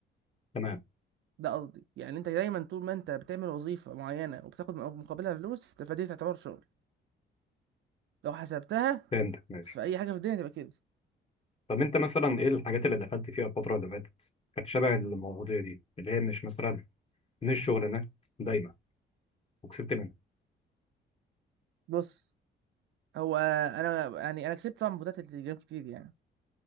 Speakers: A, on the left; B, on the right.
A: تمام
B: ده قصدي يعني انت دايما طول ما انت بتعمل وظيفه معينه وبتاخد مقابلها فلوس فدي تعتبر شغل لو حسبتها
A: فهمتك ماشي
B: في اي حاجه في الدنيا تبقى كده
A: طب انت مثلا ايه الحاجات اللي دخلت فيها الفتره اللي فاتت كانت شبه المواضيع دي اللي هي مش مثلا مش شغلانات دايما وكسبت منها
B: بص هو انا يعني انا كسبت طبعا بطولات التليجرام كتير يعني